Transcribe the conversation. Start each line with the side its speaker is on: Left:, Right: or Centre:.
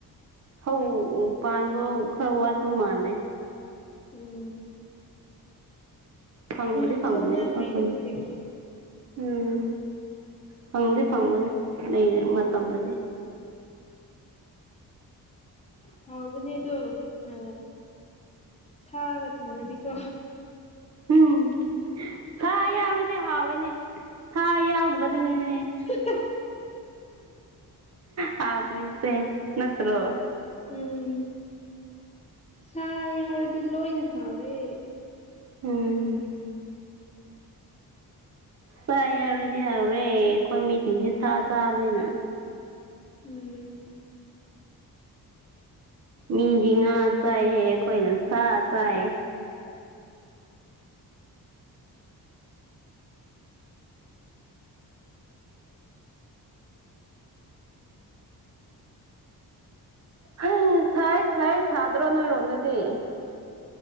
Right: ꯍꯧ ꯄꯥꯟꯕ ꯈꯔ ꯋꯥꯠꯄ ꯃꯥꯂꯦ꯫
Left: ꯎꯝ
Right: ꯐꯪꯕꯗꯤ
Left: ꯎꯝ
Right: ꯐꯪꯕꯅꯦ
Left: ꯊꯣꯛꯅꯗ꯭ꯔꯤꯗ
Right: ꯈꯣꯏ ꯈꯨꯟ
Left: ꯍꯧꯖꯤꯛ
Right: ꯎꯝ ꯐꯪꯗꯤ ꯐꯪꯕꯅꯤ ꯂꯩ ꯃꯇꯝꯗꯗꯤ
Left: ꯎꯝ ꯍꯥꯎꯕꯅꯤ ꯑꯗꯨ ꯑ ꯁꯥꯒ ꯊꯣꯡꯔꯗꯤꯀꯣ
Right: ꯎꯝ ꯁꯥ ꯌꯥꯎꯔꯗꯤ ꯍꯥꯎꯔꯦꯅꯦ ꯁꯥ ꯌꯥꯎꯗꯕꯗꯨꯗꯅꯤꯅꯦ
Left: <unintelligible>
Right: ꯍꯥꯎꯇ꯭ꯔꯤꯁꯦ ꯅꯠꯇ꯭ꯔꯣ
Left: ꯎꯝ ꯁꯥ ꯌꯥꯎꯔꯗꯤ ꯂꯣꯏꯅ ꯍꯥꯎꯔꯦ꯫
Right: ꯎꯝ ꯁꯥ ꯌꯥꯎꯔ ꯗꯤ ꯍꯥꯎꯔꯦ ꯑꯩꯈꯣꯏ ꯃꯤꯁꯤꯡꯁꯦ ꯁꯥ ꯆꯥꯕꯅꯤꯅ
Left: ꯎꯝ
Right: ꯃꯤꯗꯤ ꯉꯥ ꯆꯥꯏ ꯍꯥꯏꯌꯦ ꯑꯩꯈꯣꯏꯅ ꯁꯥ ꯆꯥꯏ꯫ ꯍꯩ ꯁꯥꯏꯌꯦ ꯁꯥꯏꯌꯦ ꯁꯥꯗ꯭ꯔꯣ ꯅꯣꯏ ꯔꯣꯝꯗꯗꯤ?